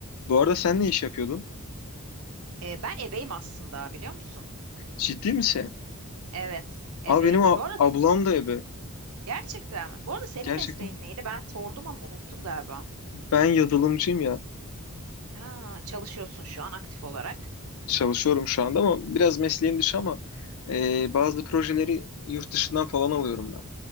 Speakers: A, on the left; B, on the right.
A: Bu arada sen ne iş yapıyordun?
B: E, ben ebeyim aslında biliyor musun?
A: Ciddi misin?
B: Evet, ebeyim.
A: Abi benim a-
B: Bu arada
A: ablam da ebe.
B: gerçekten mi? Bu arada senin
A: Gerçekten.
B: mesleğin neydi? Ben sordum ama unuttum galiba.
A: Ben yazılımcıyım ya.
B: Ha, çalışıyorsun şu an aktif olarak.
A: Çalışıyorum şu anda ama biraz mesleğim dışı ama e, bazı projeleri yurt dışından falan alıyorum ben.